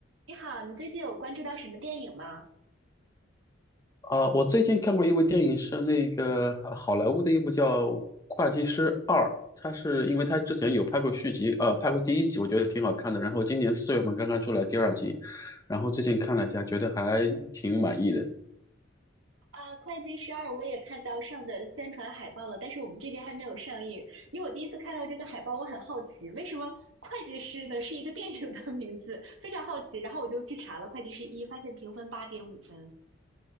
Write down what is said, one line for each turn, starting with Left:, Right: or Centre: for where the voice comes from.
Right: 你好，你最近有关注到什么电影吗？
Left: 啊，我最近看过一部电影，是那个呃好莱坞的一部叫《会计师二》，它是因为它之前有拍过续集，呃，拍过第一集，我觉得挺好看的。然后今年四月份刚刚出来第二集，然后最近看了一下，觉得还挺满意的。
Right: 啊，《会计十二》我也看到上的宣传海报了，但是我们这边还没有上映。因为我第一次看到这个海报，我很好奇，为什么《会计师》呢是一个电影的名字，非常好奇。然后我就去查了《会计师一》，发现评分八点五分。